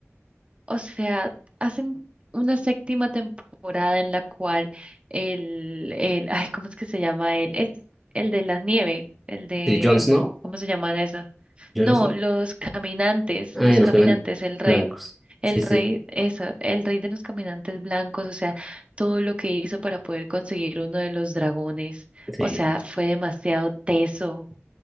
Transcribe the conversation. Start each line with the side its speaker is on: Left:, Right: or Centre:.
Right: o sea, hacen una séptima temporada en la cual el, el, ay, ¿cómo es que se llama él? El, el de la nieve, el de,
Centre: ¿Sí, Jon Snow?
Right: ¿cómo se llama eso?
Centre: ¿Jon
Right: No,
Centre: Snow?
Right: los caminantes,
Centre: Ah,
Right: los
Centre: ya nos
Right: caminantes,
Centre: quedan
Right: el rey,
Centre: blancos.
Right: el
Centre: Sí, sí,
Right: rey, eso, el rey de los caminantes blancos, o sea, todo lo que hizo para poder conseguir uno de los dragones,
Centre: sí.
Right: o sea, fue demasiado teso.